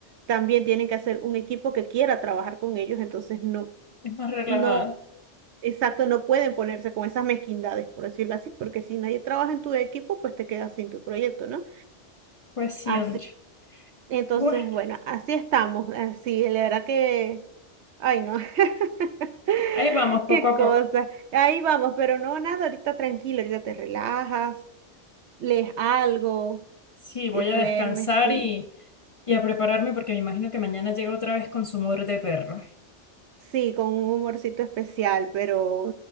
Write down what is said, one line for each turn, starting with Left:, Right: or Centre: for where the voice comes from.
Right: también tienen que hacer un equipo que quiera trabajar con ellos. Entonces, no.
Left: es más relajada.
Right: no Exacto, no pueden ponerse con esas mezquindades, por decirlo así, porque si nadie trabaja en tu equipo, pues te quedas sin tu proyecto, ¿no?
Left: Pues sí,
Right: Así,
Left: Andrea.
Right: entonces,
Left: Bueno,
Right: bueno, así estamos, así, la verdad que, ay, no, <laughs>
Left: ahí vamos,
Right: qué
Left: poco a
Right: cosa,
Left: poco.
Right: ahí vamos, pero no, nada, ahorita tranquilo, ahorita te relajas, lees algo,
Left: Sí,
Right: y
Left: voy
Right: duermes,
Left: a descansar
Right: sí,
Left: y, y a prepararme porque me imagino que mañana llega otra vez con su muerte de perro.
Right: sí, con un humorcito especial, pero